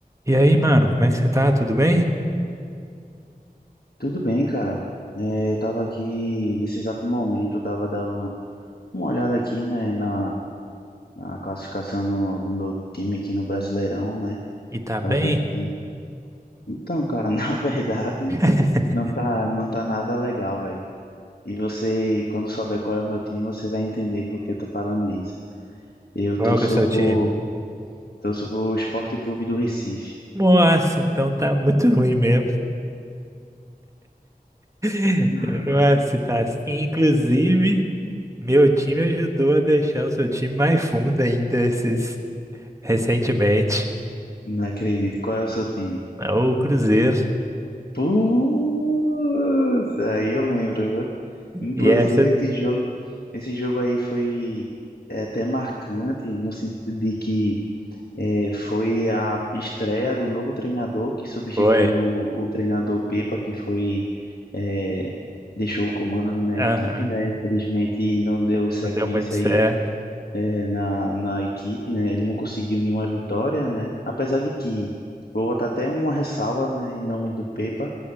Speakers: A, on the right; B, on the left.
A: E aí, mano, como é que você tá? Tudo bem?
B: Tudo bem, cara. É, eu tava aqui, nesse exato momento, eu tava dando uma olhada aqui, né, na, na classificação no- do meu time aqui no Brasileirão, né,
A: E tá
B: pra
A: bem?
B: ver se... Então, cara, <laughs> na verdade,
A: <laughs>
B: não tá, não tá nada legal, velho. E você, quando souber qual é o meu time, você vai entender por que eu tô falando isso. Eu
A: Qual
B: torço
A: que é o seu
B: pro,
A: time?
B: torço pro Sport Clube do Recife.
A: Nossa, então tá muito ruim mesmo. <laughs>
B: <laughs>
A: Nossa, tá assim. Inclusive, meu time ajudou a deixar o seu time mais fundo ainda esses recentemente.
B: Não acredito. Qual é o seu time?
A: É O Cruzeiro.
B: Putz, aí eu lembro, viu? Inclusive,
A: E essa
B: esse jogo, esse jogo aí foi é, até marcante, no sentido de que é, foi a estreia do novo treinador que substituiu
A: foi.
B: o, o treinador Pepa, que foi, é, deixou o comando na minha
A: Aham,
B: equipe, né? Infelizmente, não deu sequência
A: não deu muito certo.
B: aí, é, na, na equipe, né? Ele não conseguiu nenhuma vitória, né? Apesar de que, vou botar até uma ressalva, né, em nome do Pepa